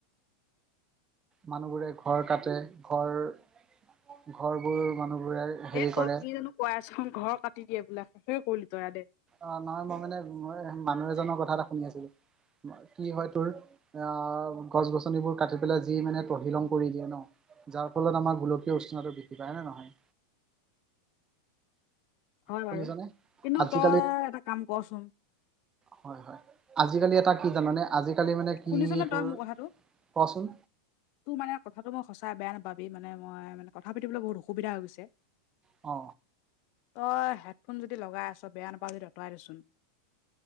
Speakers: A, on the right (about 25°); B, on the left (about 55°).
A: মানুহবোৰে ঘৰ কাটে, ঘৰ ঘৰবোৰ মানুহবোৰে হেৰি
B: এ তই
A: কৰে
B: কি জানো কৈ আছ, ঘৰ কাটি দিয়ে বোলে শেষে কৰিলি তই আ দে
A: অ নহয় মই মানে মই মানুহ এজনৰ কথা এটা শুনি আছিলো কি হয় তোৰ আহ গছ গছনিবোৰ কাটি পেলাই যি মানে তহিলং কৰি দিয়ে ন। যাৰ ফলত আমাৰ গোলকীয় উষ্ণতা বৃদ্ধি পায় হয় নে নহয়?
B: হয়
A: শুনিছনে?
B: বাৰু কিন্তু
A: আজিকালি
B: তই এটা কাম কৰচোন?
A: হয় হয় আজিকালি এটা কি জানানে আজিকালি মানে কি
B: শুনিছ নে
A: তোৰ,
B: তই মোৰ কথাটো
A: কচোন?
B: তোৰ মানে কথাটো মই সঁচাই বেয়া নাপাবি মানে মই মানে কথা পাতিবলৈ বহুত অসুবিধা হৈ গৈছে।
A: অ।
B: তই হেডফোন যদি লগাই আছ বেয়া নেপাওঁ যদি আঁতৰাই দে চোন।